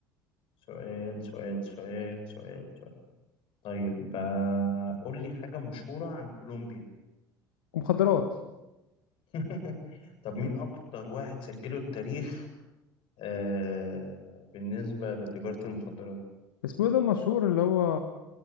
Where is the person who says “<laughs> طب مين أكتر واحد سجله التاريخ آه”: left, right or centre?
Left